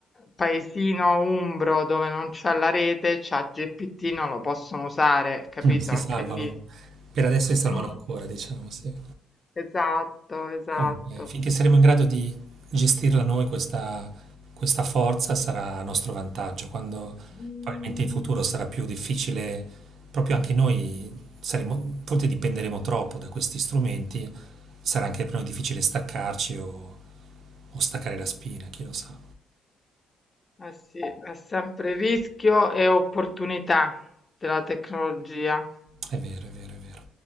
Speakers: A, on the left; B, on the right.
A: paesino umbro dove non c'ha la rete, c'ha GPT, non lo possono usare, capito?
B: Mm. si
A: Anche
B: salvano.
A: lì.
B: Per adesso si salvano
A: Mm,
B: ancora, diciamo, sì.
A: esatto, esatto.
B: Ok, Finché saremo in grado di gestirla noi questa, questa forza sarà a nostro vantaggio, quando
A: Mm,
B: probabilmente in futuro sarà più difficile, proprio anche noi saremo, forse dipenderemo troppo da questi strumenti, sarà anche per noi difficile staccarci o, o staccare la spina, chi lo sa.
A: Eh sì, è sempre rischio e opportunità della tecnologia.
B: È vero, è vero, è vero.